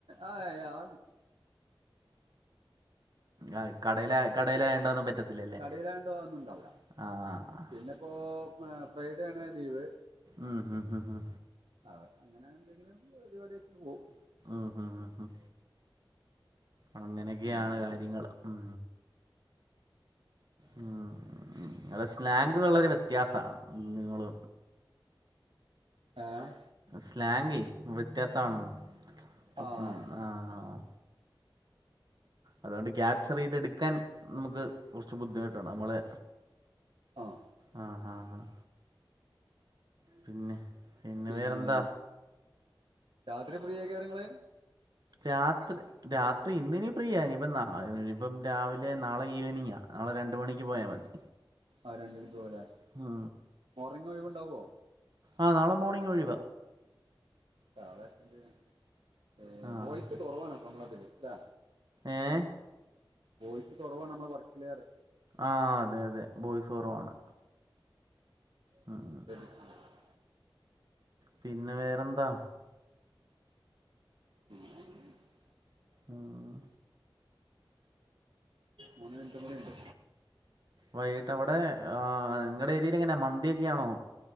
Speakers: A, on the right (about 75°); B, on the right (about 55°).
A: ആഹ ആ
B: ആഹ്‌ കടയില കടയിലായോണ്ട് അതൊന്നും പറ്റത്തില്ലല്ലേ
A: ഇല്ല വേറെയുണ്ടാവില്ല
B: ആഹ്‌ അ
A: പിന്നെപ്പോ ഏഹ് ഫ്രൈഡേണ് ലീവ്
B: ഉം ഉം ഹ്‌ ഹ്
A: അ അങ്ങനെ എന്തെങ്കിലും പരിപാടി ആയിട്ടണ്ട് പോവും
B: ആഹാ അഹ അങ്ങനെക്കെയാണ്
A: പിന്നെ
B: കാര്യങ്ങള് ഉം ഉം ഇങ്ങളെ സ്ലാങ്കുവളരെ വ്യത്യാസാണ്. നിങ്ങള്
A: ഏഹ്
B: സ്ലാംഗേയ് വ്യത്യാസാണെന്ന് ഉം
A: ആഹ്
B: ആഹ് അതുകൊണ്ട് ക്യാപ്ചറെയ്തെടുക്കാൻ നമുക്ക് കുറച്ച് ബുദ്ധിമുട്ടുണ്ട്. അമ്മള്
A: ആഹ്‌
B: ഉം ഉം ഉം പിന്നെ പിന്നെ
A: പിന്നേ
B: വേറെന്താ
A: രാത്രി ഫ്രീയേക്കാരങ്ങള്
B: രാത്രി രാത് ഇന്നിനി ഫ്രീയ. ഇനിപ്പം നാ ഇനിപ്പം രാവിലെ നാളെ ഈവനിങ്ങാ. നാളെ രണ്ട് മണിക്ക് പോയാ മതി
A: ആഹ്‌ രണ്ടണിക്കോവലെ
B: ഉം
A: മോർനിങ് ഒഴിവുണ്ടാവ്വോ
B: ആ നാളെ മോണിംഗ് ഒഴിവ
A: നാള അറ്റൻഡ് ചെയ്യാ. ഏഹ്‌
B: ആഹ്
A: ബോയ്സ് കൊറവാണപ്പമ്മളതില് ലേ
B: ഏഹ്‌
A: ബോയ്സ് കൊറവാണമ്മളെ വർക്കില് റ്യ
B: ആഹ്‌ അതെ അതെ ബോയ്സ് കൊറവാണ് ഉം
A: ശരി <inaudible>
B: പിന്നെ വേറെന്താ
A: <inaudible>
B: ഉം ഉം
A: മൂന്ന് മിൻറ്റുംകൂടിണ്ട്
B: വൈകിട്ട് അവിടെ നിങ്ങളുടെ, ഏരിയയിൽ എങ്ങനെയ- മന്തിയൊക്കെയാണോ?